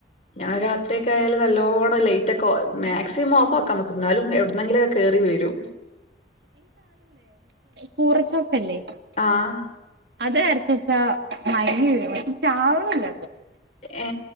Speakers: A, on the left (about 40°); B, on the right (about 70°).
A: ഞാൻ രാത്രിയൊക്കെ ആയാലും നല്ലോ നല്ലോണോ ലൈറ്റ് ഒക്കെ മാക്സിമം ഓഫ് ആക്കാൻ നോക്കും എന്നാലും എവിടു ഒന്നെങ്കിലൊക്കെ കേറി വരു
B: കുറ ചൊ <unintelligible>
A: ആഹ്
B: അത് അരച്ച <unintelligible> മൈങ്ങി വീഴും പക്ഷെ ചാവ്ണില്ല
A: ഏ